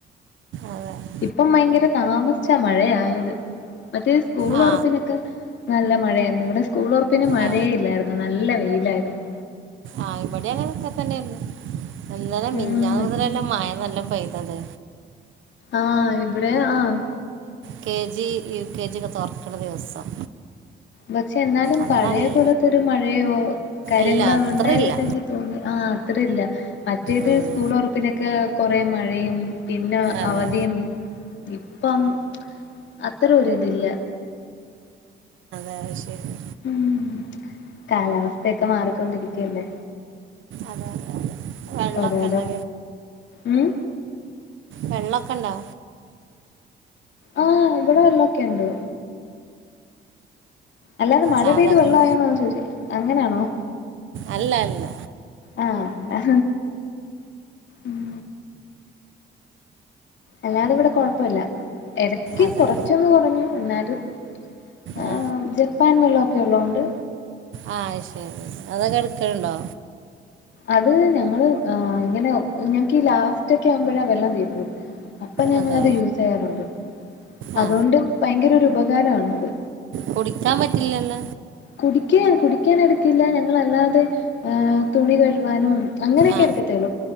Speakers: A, on the right; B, on the left.
A: അതാണ്
B: ഇപ്പം ഭയങ്കര താമസിച്ചാ മഴയായത് മറ്റേ സ്കൂൾ
A: ആ
B: തുറപ്പിനൊക്കെ നല്ല മഴയായിരുന്നു ഇവിടെ സ്കൂൾ ഉറപ്പിന് മഴയെ
A: ആ
B: ഇല്ലായിരുന്നു നല്ല വെയിലായിരുന്നു
A: ആഹ് ഇവിടെ അങ്ങനെ ഒക്കെ തന്നയായിരുന്നു ഇന്നലെ മെനിഞ്ഞാന്
B: ഉം
A: മുതലല്ലേ മഴ നല്ലോണം പെയ്തത്
B: ആ ഇവിടെ ആഹ്
A: കെജി, യുകെജി, ഒക്കെ തോർക്ക്ണ ദിവസം
B: പക്ഷെ എന്നാലും
A: അന്നല്ല
B: പഴയ പോലോതോരു മഴയോ കാര്യങ്ങള്
A: ഇല്ല അത്രയില്ല
B: ഉണ്ടായിട്ട് എനിക്ക് <unintelligible> ആ അത്ര ഇല്ല മറ്റേത്
A: ഉം,
B: സ്കൂള് ഒറപ്പിനൊക്കെ കൊറെ മഴയും പിന്നെ
A: അതെ
B: അവധിം ഇപ്പം അത്ര ഒ ഇല്ല
A: അഹ് ശരി
B: ഉം കാലാവസ്ഥക്കെ മാറിക്കൊണ്ടിരിക്കല്ലേ
A: അതെ അതെ അതെ വെള്ളമൊക്കെ
B: അതെ അതെ
A: ഉണ്ടോ
B: ഉം
A: വെള്ളൊക്കെ ഇണ്ടോ?
B: ആ ഇവിടെ വെള്ളൊക്കെ ഇണ്ട് അല്ലാതെ മഴ
A: സാധാ
B: പെയ്ത് വെള്ള
A: കിണ
B: ആയോന്ന ചോയ്ചെ അങ്ങനെണോ
A: അല്ല അല്ല
B: ആ അല്ല ഉം അല്ലാതെ ഇവിടെ കൊഴപ്പല്ല എടക്ക്
A: അതെ
B: കൊറച്ചൊന്ന് കുറഞ്ഞു എന്നാലും ഹേ
A: ആ
B: ജപ്പാൻ വെള്ളക്കെ ഉള്ളൊണ്ട്
A: ആ ശെരി അതൊക്കെട്ക്കേണ്ടോ
B: അത് ഞങ്ങള് ആ ഇങ്ങനെ ഞങ്ങക്കീ ലാസ്റ്റൊക്കെ ആവുമ്പഴാ വെള്ളം തീരുന്നത് അപ്പൊ ഞങ്ങളത്
A: അതെ
B: യൂസെയ്യാറുണ്ട് അതോണ്ടും
A: ആ
B: ഭയങ്കരൊരു ഉപകാരണത്.
A: കുടിക്കാൻ പറ്റില്ലല്ല
B: കുടിക്കാൻ കുടിക്കാനെട്ക്കില്ല ഞങ്ങളല്ലാതെ ഏ തുണി കഴ്കാനും അങ്ങനെക്കെ
A: ആ
B: എടുക്കത്തൊള്ളു